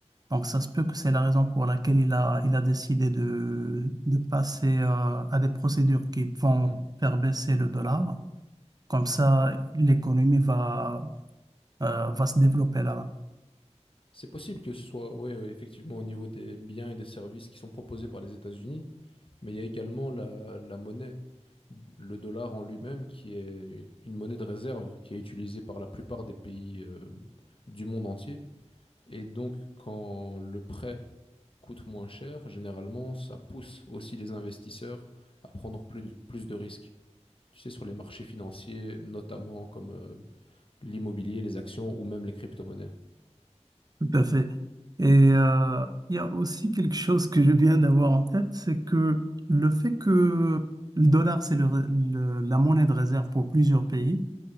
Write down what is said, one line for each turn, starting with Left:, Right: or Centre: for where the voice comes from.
Right: Donc ça se peut que c'est la raison pour laquelle il a, il a décidé de, de passer euh, à des procédures qui vont
Left: Mhm.
Right: faire baisser le dollar. Comme ça, l'économie va, euh, va se développer là-bas.
Left: C'est possible que ce soit, ouais, ouais, effectivement, au niveau des biens et des services qui sont proposés par les États-Unis, mais il y a également la, la monnaie. le dollar en lui-même, qui est une monnaie de réserve, qui est utilisée par la plupart des pays euh, du monde entier. Et donc, quand le prêt coûte moins cher, généralement, ça pousse aussi les investisseurs à prendre plus de, plus de risques. Tu sais, sur les marchés financiers, notamment comme euh, l'immobilier, les actions ou même les crypto-monnaies.
Right: Tout à fait. Et euh, il y a aussi quelque chose que je viens d'avoir en tête, c'est que le fait que le dollar, c'est le le- la monnaie de réserve pour plusieurs pays,